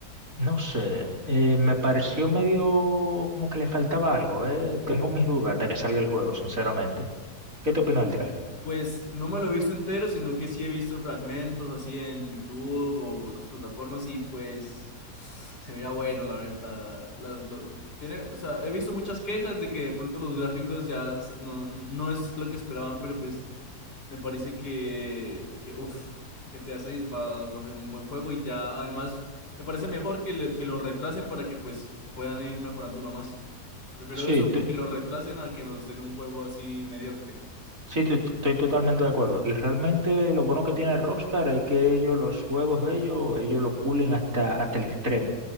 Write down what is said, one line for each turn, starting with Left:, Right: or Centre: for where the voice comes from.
Right: no sé, eh, me pareció medio como que le faltaba algo, eh. Tengo mis dudas hasta que salga el juego, sinceramente. ¿Qué tú opinas del tráiler?
Left: Pues no me lo he visto entero, sino que sí he visto fragmentos así en YouTube o otras plataformas y pues se mira bueno, la verdad. Las, los- tiene, o sea, he visto muchas quejas de que de pronto los gráficos ya s- no, no es lo que esperaban, pero pues me parece que, que uff, GTA seis va, va a ser un buen juego y ya además me parece mejor que, le- que lo retrasen para que pues puedan ir mejorándolo más. Prefiero
Right: Sí,
Left: eso, que lo retrasen a que nos den un juego así mediocre.
Right: Sí, tu- estoy totalmente de acuerdo. Y realmente lo bueno que tiene Rockstar es que ellos los juegos de ellos, ellos lo pulen hasta, hasta el extremo.